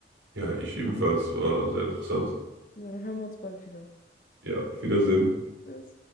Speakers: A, on the right; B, on the left.
A: Ja, ich ebenfalls, war sehr interessant.
B: Ja, dann hören wir uns bald wieder.
A: Ja, auf Wiedersehen.
B: Tschüss.